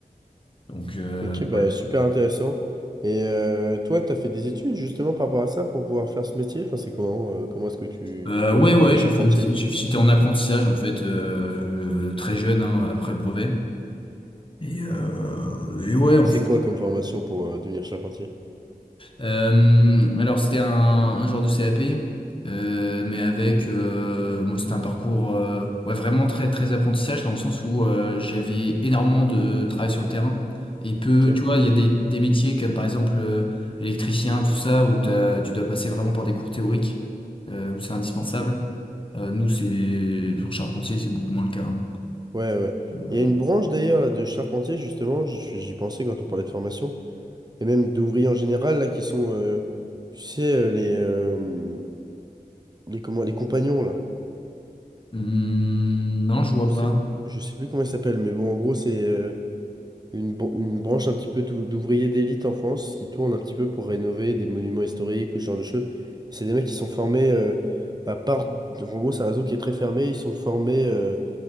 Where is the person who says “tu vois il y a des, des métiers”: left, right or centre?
Left